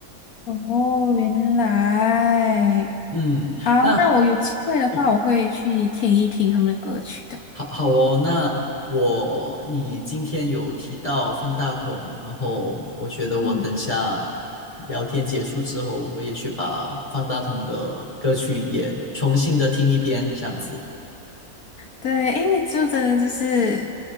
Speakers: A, on the left (about 75°); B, on the left (about 20°).
A: 哦，原来，
B: 嗯，
A: 好，
B: 那
A: 那我有机会的话，
B: 嗯，
A: 我会去听一听他们的歌曲的。
B: 好好哦，那我你今天有提到方大同，然后我觉得我等下
A: 嗯。
B: 聊天结束之后，我也去把方大同的歌曲也重新的听一遍，这样子。
A: 对，因为就真的就是